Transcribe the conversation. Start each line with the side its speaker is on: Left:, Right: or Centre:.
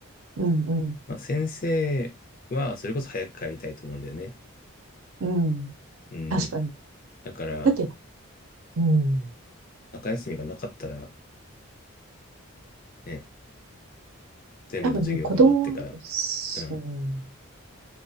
Right: うん、うん、
Left: まあ、先生は、それこそ早く帰りたいと思うんだよね。
Right: うん。
Left: うん。
Right: 確かに。
Left: だから、
Right: だって、うん。
Left: 中休みがなかったら、ね、全部の授業が終わってから、
Right: 多分ね、子供は、
Left: うん、
Right: うん、